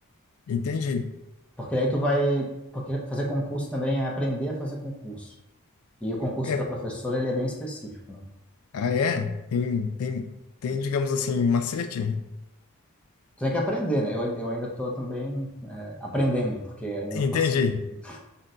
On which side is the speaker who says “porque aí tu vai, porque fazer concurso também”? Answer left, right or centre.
Centre